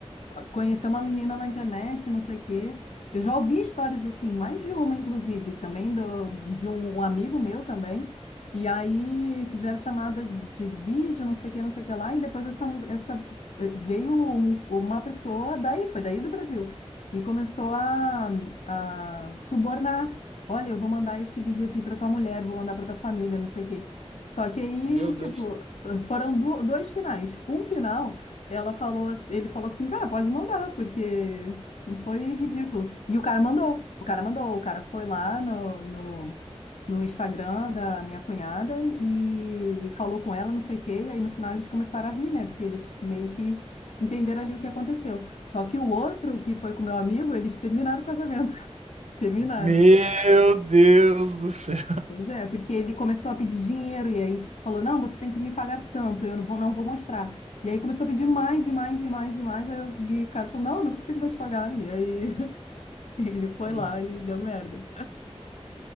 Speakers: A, on the left; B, on the right.
A: conheceu uma menina na internet, não sei o quê. Eu já ouvi histórias assim, mais de uma, inclusive, também do, de um, um amigo meu também. E aí fizeram chamada de vídeo, não sei o que, não sei o que lá, e depois essa, essa eh, veio um- uma pessoa daí, foi daí do Brasil. E começou a, a subornar. Olha, eu vou mandar esse vídeo aqui para tua mulher, vou mandar para tua família, não sei o quê. Só que aí,
B: Meu Deus.
A: tipo, foram do- dois finais. Um final, ela falou, ele falou assim, cara, pode mandar, porque foi ridículo. E o cara mandou, o cara mandou, o cara foi lá no, no, no Instagram da minha cunhada e falou com ela, não sei o quê, e aí no final eles começaram a rir, né? Porque eles meio que entenderam ali o que aconteceu. Só que o outro, que foi com meu amigo, eles terminaram o casamento. <laughs> Terminaram.
B: Meu Deus do céu.
A: Pois é, porque ele começou a pedir dinheiro e aí falou: Não, você tem que me pagar tanto, eu não vou, não vou mostrar. E aí começou a pedir mais e mais e mais e mais. Aí eu- e o cara falou: Não, eu não consigo mais te pagar. E aí <laughs> ele foi
B: <laughs>
A: lá e deu merda.